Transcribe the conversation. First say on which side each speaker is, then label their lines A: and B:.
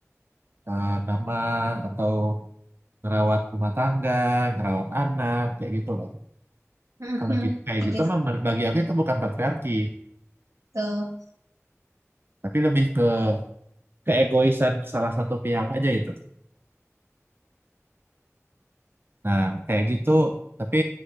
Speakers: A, on the right; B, on the right.
A: eh, nama atau ngerawat rumah tangga ngerawat anak kayak gitu loh
B: Mhm.
A: kalau gitu kayak
B: Setuju
A: gitu
B: sih.
A: mah bagi aku itu bukan patriarki
B: Betul.
A: tapi lebih ke keegoisan salah satu pihak aja itu. Nah, kayak gitu, tapi